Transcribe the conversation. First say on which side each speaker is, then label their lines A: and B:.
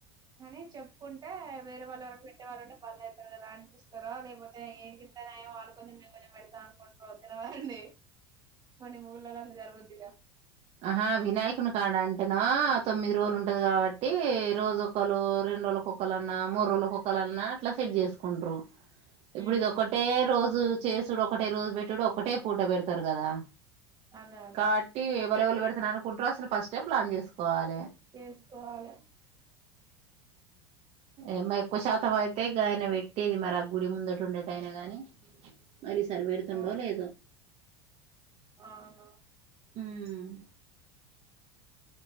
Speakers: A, on the right (about 30°); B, on the right (about 50°).
A: కాని చెప్పుకుంటే వేరే వాళ్ళు వరకు పెట్టే వాళ్ళు ఉంటే బంద్ అయితరు గదా అని చూస్తారా లేకపోతే ఏనికిస్తారో యేమో వాళ్ళు కొంచెం మేము కొంచెం పెడతాం అనుకుంటార తెలవదండి కొన్ని ఊర్లలో అట్ల జరుగుద్దిగా
B: ఆహా వినాయకుని కాడ అంటేనా తొమ్మిది రోజులు ఉంటది కాబట్టి రోజు ఒకరు రెండు రోజుల కొక్కలన్నా మూడు రోజుల కొక్కలన్నా అట్లా సెట్ జేసుకుంట్రు ఇప్పుడు
A: ఉమ్
B: ఇది ఒక్కటే రోజు చేసుడు ఒకటే రోజు పెట్టుడు ఒక్కటే పూట పెడతరు గదా
A: అదే అదే
B: కాబట్టి ఎవళే ఎవళే పెడతాన అనుకుంటారో అసలు ఫస్టే ప్లాన్ జేసుకోవాలి
A: చేసుకోవాలి
B: ఉమ్ ఎక్కువ శాతం అయితే గాయన పెట్టేది మరి ఆ గుడి ముందట ఉండేటాయనా గాని మరి ఈసారి బెడుతుండో
A: ఆ
B: లేదో
A: అవును
B: ఉమ్